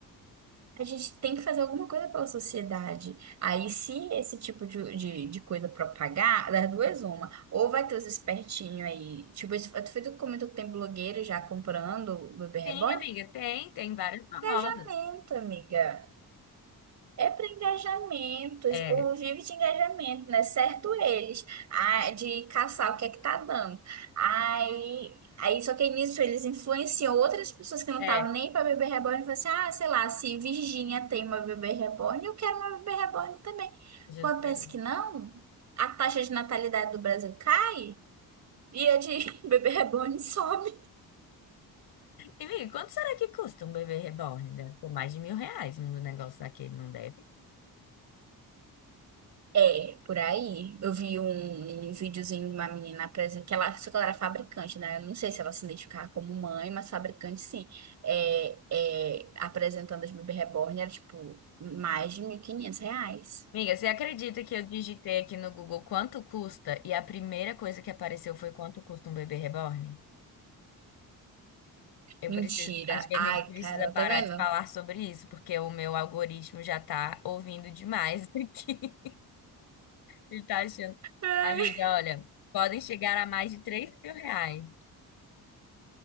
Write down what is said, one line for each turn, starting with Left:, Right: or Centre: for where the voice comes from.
Right: A gente tem que fazer alguma coisa pela sociedade. Aí, se esse tipo de, de, de coisa propagar, das duas, uma. Ou vai ter os espertinhos aí. Tipo, isso- tu foi tu que comentou que tem blogueiro já comprando o bebê reborn?
Left: Sim, amiga, tem, tem vários famosos.
Right: Lamento, amiga. É para engajamento, esse
Left: É,
Right: povo vive de engajamento, né? Certo eles, ah, de caçar o que é que tá dando. Aí, aí só que nisso eles influenciam outras pessoas que não
Left: é,
Right: estavam nem para bebê reborn e falam assim, ah, sei lá, se Virgínia tem uma bebê reborn, eu quero uma bebê reborn também.
Left: justamente.
Right: Quando pensa que não, a taxa de natalidade do Brasil cai e a de <laughs> bebê reborn sobe.
Left: E, amiga, quanto será que custa um bebê reborn? Deve ser mais de mil reais um negócio daquele, não deve?
Right: É, por aí. Eu vi um, um videozinho de uma menina apresentando, que ela, só que ela era fabricante, né? Eu não sei se ela se identificava como mãe, mas fabricante sim. É, é, apresentando as bebê reborn, era tipo mais de 1.500 reais.
Left: Amiga, você acredita que eu digitei aqui no Google quanto custa e a primeira coisa que apareceu foi quanto custa um bebê reborn? Eu
Right: Mentira.
Left: preciso, acho que
Right: Ai,
Left: a gente precisa
Right: Carol,
Left: parar
Right: tá vendo?
Left: de falar sobre isso, porque o meu algoritmo já tá ouvindo demais <laughs> aqui. Ele tá achando.
Right: <laughs> Ai.
Left: Amiga, olha, podem chegar a mais de três mil reais.